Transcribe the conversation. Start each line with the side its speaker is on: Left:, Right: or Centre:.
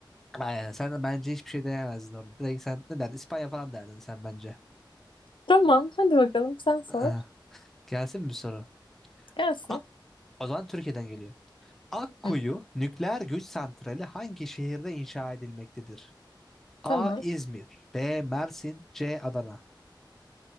Centre: Aynen sen de bence hiçbir şey diyemezdin orada. Direkt sen ne derdin? İspanya falan derdin sen bence.
Left: Tamam, hadi bakalım sen sor.
Centre: Aa, gelsin mi bir soru?
Left: Gelsin.
Centre: A o zaman Türkiye'den geliyor. Akkuyu
Left: Hı,
Centre: nükleer güç santrali hangi şehirde inşa edilmektedir?
Left: tamam.
Centre: A. İzmir. B. Mersin. C. Adana.